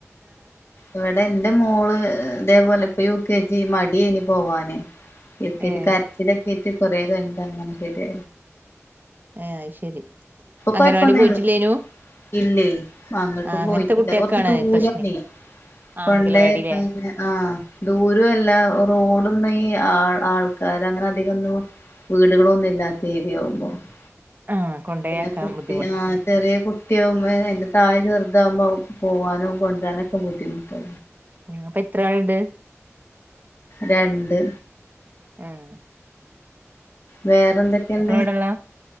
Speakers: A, on the left; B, on the right.
A: ഇവിടെ എന്റെ മോള് ഇതേപോലെ പ്പ യു ജി മടി യേനി പോവാന് യു കെ
B: ഏഹ്
A: ജി കരച്ചിലൊക്കെയിറ്റ് കൊറേത് എന്താങ്ങനെ ചെയ്ത്?
B: ആഹ് ശരി അംഗനവാടി
A: കൊഴപ്പൊന്നുല്ല
B: പോയിട്ടില്ലേനു?
A: ഇല്ലേ അങ്ങോട്ട്
B: ആഹ്
A: പോയിട്ടില്ല,
B: അങ്ങനത്തെ കുട്ടികൾക്കാണ്
A: കൊറച്ച് ദൂരണ്ട്.
B: പ്രശ്നേ ആഹ്
A: കൊണ്ടേക്കെണ്ടെ
B: അംഗലവാടില്ലേ
A: ആഹ് ദൂരൊല്ല റോഡൊന്നും ഈ ആ ആൾക്കാരങ്ങനെ അധികൊന്നും വീടുകളൊന്നുല്ലാത്ത ഏരിയായിരുന്നു. ആവുമ്പോ
B: ആഹ് കൊണ്ടയാക്കാൻ
A: പിന്നെ കുട്ടി
B: ബുദ്ധിമുട്ട്
A: ആഹ് ചെറിയ കുട്ടിയാ എന്റെ താഴെ ചെറ്താകുമ്പോ പോവാനോ കൊണ്ടരാനോ ക്കെ ബുദ്ധിമുട്ടാ.
B: അപ്പൊ എത്രാള്ണ്ട്?
A: രണ്ട്.
B: ആഹ്
A: വേറെന്തൊക്കെണ്ട്?
B: എവിടെള്ള